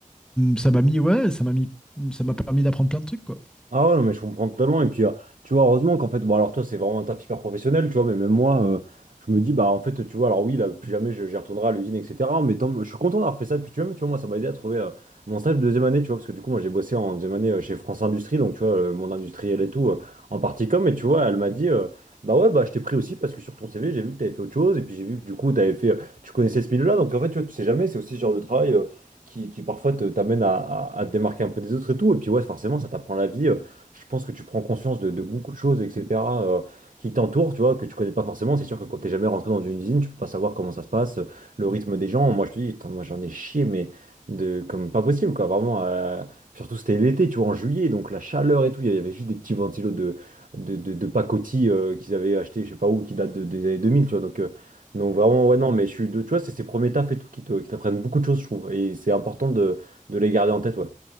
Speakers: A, in the centre; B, on the right.
A: ça m'a mis, ouais, ça m'a mis, ça m'a permis d'apprendre plein de trucs, quoi.
B: Ah ouais, non, mais je comprends totalement. Et puis, euh, tu vois, heureusement qu'en fait, bon, alors toi, c'est vraiment un taf hyper professionnel, tu vois, mais même moi, euh, je me dis, bah, en fait, tu vois, alors oui, là, plus jamais je- j'y retournerai à l'usine, etc. Mais tant, je suis content d'avoir fait ça. Puis, tu vois, tu vois, moi, ça m'a aidé à trouver euh, mon stage de deuxième année, tu vois, parce que du coup, moi, j'ai bossé en deuxième année euh, chez France Industrie, donc, tu vois, euh, mon industriel et tout, euh, en partie com. Et tu vois, elle m'a dit, euh, bah ouais, bah, je t'ai pris aussi parce que sur ton CV, j'ai vu que t'avais fait autre chose. Et puis, j'ai vu que du coup, t'avais fait, euh, tu connaissais ce milieu-là. Donc, en fait, tu vois, tu sais jamais, c'est aussi ce genre de travail. euh, Qui, qui parfois te- t'amène à, à, à te démarquer un peu des autres et tout. Et puis ouais, forcément, ça t'apprend la vie. euh, je pense que tu prends conscience de, de beaucoup de choses, etc., euh, qui t'entourent, tu vois, que tu connais pas forcément. C'est sûr que quand t'es jamais rentré dans une usine, tu peux pas savoir comment ça se passe, euh, le rythme des gens. Moi, je te dis, attends, moi, j'en ai chié, mais de, comme pas possible, quoi, vraiment. euh, surtout, c'était l'été, tu vois, en juillet, donc la chaleur et tout. Il y avait juste des petits ventilos de, de, de, de pacotille euh, qu'ils avaient acheté, je sais pas où, qui datent de- des années 2000, tu vois. Donc, euh, donc vraiment, ouais, non, mais je suis, de- tu vois, c'est ces premiers tafs et tout qui te- qui t'apprennent beaucoup de choses, je trouve. Et c'est important de, de les garder en tête, ouais.